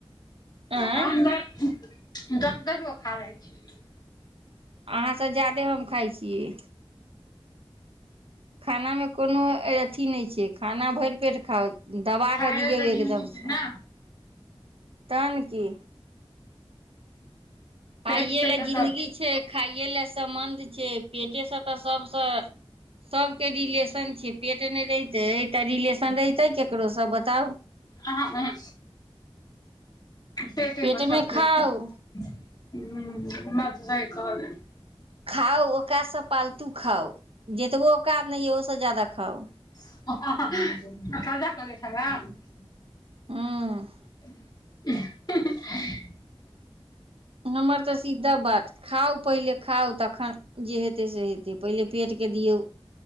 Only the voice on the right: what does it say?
आँय
अहाँसँ ज्यदे हम खाइ छियै खानामे कोनो अथी नहि छै खाना भरि पेट खाउ दबा
कऽ दियौ
एकदमसँ
तहन की
खाइए
लए
जिंगी
छै खाइए लए सम्बन्ध छै पेटेसँ तऽ सबसँ सबके रिलेशन छियै पेट नहि रहितै तऽ रिलेशन रहितै केकरोसँ बताउ
पेटमे
खाउ
खाउ ओकातसँ पालतू खाउ जतबो ओकाद नहि यऽ ओसँ जादा खाउ
हँ
हमर तऽ सीधा बात खाउ पहिले खाउ तखन जे हेतै से हेतै पहिले पेटके दियौ